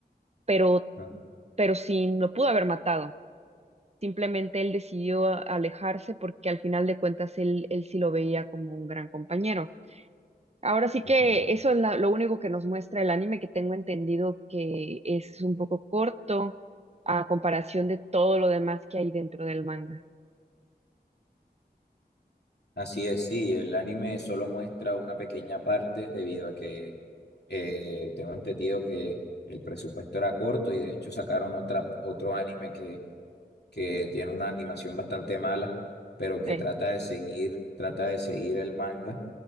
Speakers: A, on the right (about 40°); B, on the left (about 70°).
A: pero,
B: Ah,
A: pero sí lo pudo haber matado. Simplemente él decidió alejarse porque al final de cuentas él, él sí lo veía como un gran compañero. Ahora sí
B: ujú.
A: que eso es la- lo único que nos muestra el anime, que tengo entendido que es un poco corto a comparación de todo lo demás que hay dentro del manga.
B: Así es, sí, el anime solo muestra una pequeña parte debido a que eh, tengo entendido que el presupuesto era corto y de hecho sacaron otra, otro anime que que tiene una animación bastante mala, pero que
A: Sí.
B: trata de seguir, trata de seguir el manga,